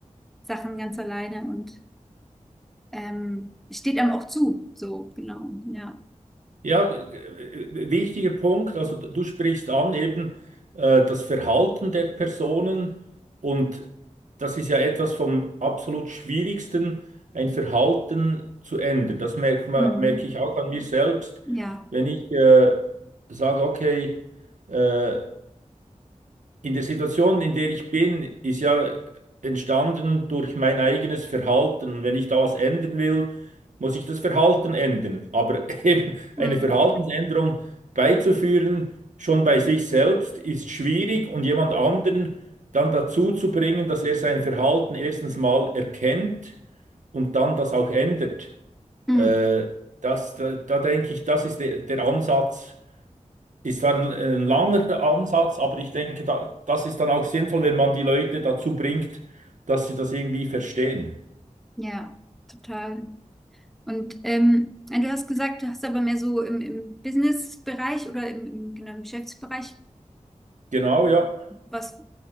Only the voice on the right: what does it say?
Ja, äh, wichtiger Punkt. Also du sprichst an eben äh, das Verhalten der Personen und das ist ja etwas vom absolut Schwierigsten, ein Verhalten zu ändern. Das merkt man,
merke ich auch an mir selbst,
wenn ich äh, sage, okay, äh, in der Situation, in der ich bin, ist ja entstanden durch mein eigenes Verhalten. Und wenn ich da was ändern will, muss ich das Verhalten ändern. Aber <laughs> eben
eine Verhaltensänderung beizuführen, schon bei sich selbst, ist schwierig und jemand anderen dann dazu zu bringen, dass er sein Verhalten erstens mal erkennt und dann das auch ändert.
Äh, das, da, da denke ich, das ist der, der Ansatz es war ein, ein langer Ansatz, aber ich denke, da, das ist dann auch sinnvoll, wenn man die Leute dazu bringt, dass sie das irgendwie verstehen.
Genau, ja.